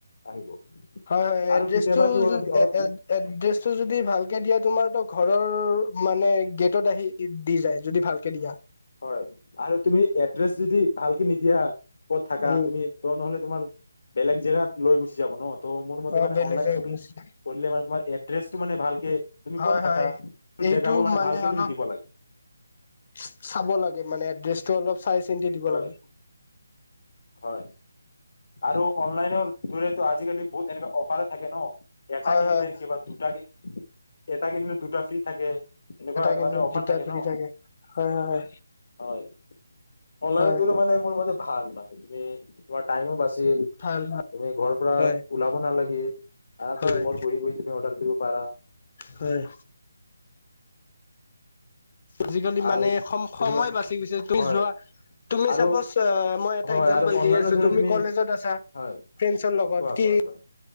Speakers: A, on the left (about 60°); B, on the left (about 40°).
A: আহিব।
B: হয় হয়,
A: আৰু
B: এড্ৰেছটো
A: কেতিয়াবাতো অলপ অলপ
B: এ-এ-এড্ৰেছ চো যদি ভালকে দিয়া তোমাৰ তো ঘৰৰ মানে গেটত আহি দি যায় যদি ভালকে দিয়া।
A: হয়, আৰু তুমি এড্ৰেছ যদি ভালকে নিদিয়া ক'ত থাকা
B: উম
A: তুমি? ত, নহ'লে? তোমাৰ বেলেগ জেগাত লৈ গুচি যাব ন ত', মোৰ মতে
B: অ
A: মানে
B: বেলেগ
A: অনলাইন
B: জেগাত
A: শ্বপিং
B: গৈছিলে।
A: কৰিলে মানে তোমাৰ এড্ৰেছটো মানে ভালকে। তুমি
B: হয়
A: ক'ত থাকা
B: হয়, এইটো
A: জেগাবোৰ
B: মানে
A: ভালকে
B: অলপ
A: তুমি দিব লাগে
B: চ-চাব লাগে। এই মানে এড্ৰেছ চ, অলপ চাই চিন্তি দিব
A: হয়
B: লাগে।
A: হয়। আৰু অনলাইনৰ দুৰেটো আজিকালি বহুত এনেকুৱা অফাৰে থাকে ন। এটা
B: হয়
A: কিনিলে
B: হয়
A: কিবা দুটাকে এটা কিনেলেও দুটা ফ্ৰী থাকে। এনেকুৱা এটা
B: কিনিলে
A: মানে অফাৰ
B: দুটা
A: থাকে
B: ফ্ৰী
A: ন,
B: হয় হয়
A: হয়। অনলাইনতোৰ
B: হয়
A: মানে মোৰ মতে ভাল মানে। তুমি স্মাৰ্ট। টাইমো বাছে টিম,
B: ভাল ভাল
A: তুমি ঘৰৰ পৰা
B: হয়
A: ওলাব নালাগে, আৰামছেই
B: হয়
A: ৰুমৰ বহি বহি তুমি অৰ্ডাৰ কৰিব পাৰা
B: হয় আজিকালি
A: আৰু
B: মানে সম-সময়
A: তুমি
B: বাচি গৈছে। তুমি
A: হয়
B: যোৱা তুমি
A: আৰু
B: চাপচ আ, মই এটা
A: হয়
B: একজাম্বল
A: আৰু অনলাইনৰ
B: দি আছো।
A: যোনে
B: তুমি কলেজত আছা,
A: হয়
B: ফ্ৰেঞ্চৰ লগত
A: কোৱা
B: কি
A: কোৱা কোৱা